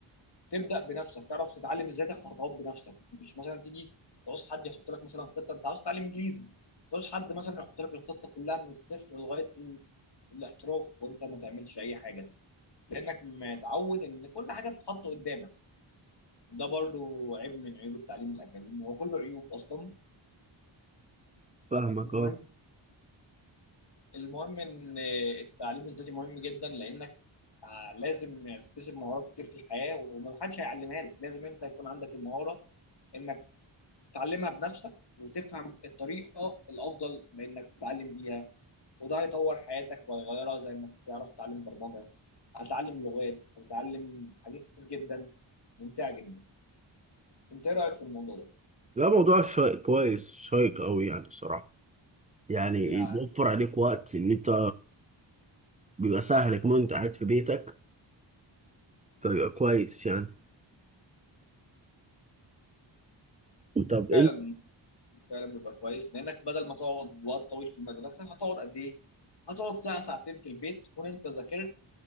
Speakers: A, on the left; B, on the right.
A: تبدا بنفسك تعرف تتعلم ازاي تاخد خطوات بنفسك مش مثلا تيجي تعوز حد يحط لك مثلا خطه انت عاوز تتعلم انجليزي تعوز حد مثلا يحط لك الخطه كلها من الصفر لغايه ال- الاحتراف وانت ما تعملش اي حاجه لانك متعود ان كل حاجه تتحط قدامك ده برضو عيب من عيوب التعليم الاكاديمي هو كله عيوب اصلا
B: فاهمك
A: المهم
B: اه
A: المهم ان التعليم الذاتي مهم جدا لانك آه لازم يعني تكتسب مهارات كتير في الحياة ومحدش هيعلمها لك لازم انت يكون عندك المهارة انك تتعلمها بنفسك وتفهم الطريقة الافضل بانك تتعلم بيها وده هيطور حياتك وهيغيرها زي انك تعرف تتعلم برمجة هتتعلم لغات هتتعلم حاجات كتير جدا ممتعة جدا انت ايه رأيك في الموضوع ده؟
B: لا موضوع شيق كويس شيق قوي يعني الصراحه يعني
A: يعني
B: بيوفر عليك وقت ان انت بيبقى سهل كمان انت قاعد في بيتك فبيبقى كويس يعني طب
A: فعلا
B: انت
A: فعلا بيبقى كويس لانك بدل ما تقعد وقت طويل في المدرسة هتقعد قد ايه؟ هتقعد ساعة ساعتين في البيت تكون انت ذاكرت